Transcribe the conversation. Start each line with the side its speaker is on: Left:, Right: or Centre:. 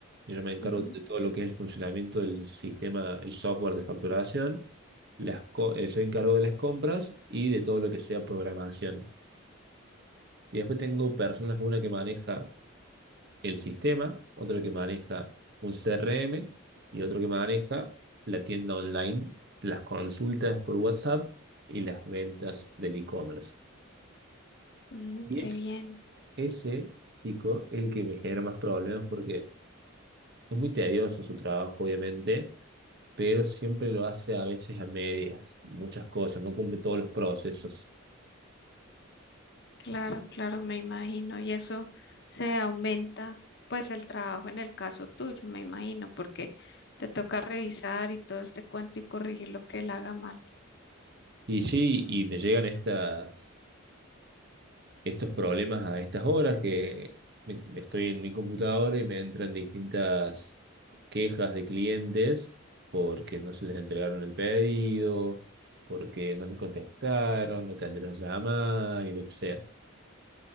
Right: y yo me encargo
Left: Ujú.
Right: de todo lo que es el funcionamiento del sistema, el software de facturación, las co- eh, soy encargado de las compras y de todo lo que sea programación. Y después tengo personas, una que maneja el sistema, otro que maneja un CRM y otro que maneja la tienda online, las consultas por WhatsApp y las ventas del e-commerce.
Left: Mm,
Right: Y
Left: qué
Right: es
Left: bien.
Right: ese chico el que me genera más problemas porque... Es muy tedioso su trabajo, obviamente, pero siempre lo hace a veces a medias, muchas cosas, no cumple todos los procesos.
Left: Claro, claro, me imagino. Y eso se aumenta, pues, el trabajo en el caso tuyo, me imagino, porque te toca revisar y todo este cuento y corregir lo que él haga mal.
Right: Y sí, y me llegan estas, estos problemas a estas horas que me- estoy en mi computadora y me entran distintas quejas de clientes porque no se les entregaron el pedido, porque no les contestaron, no atendieron las llamadas y lo que sea.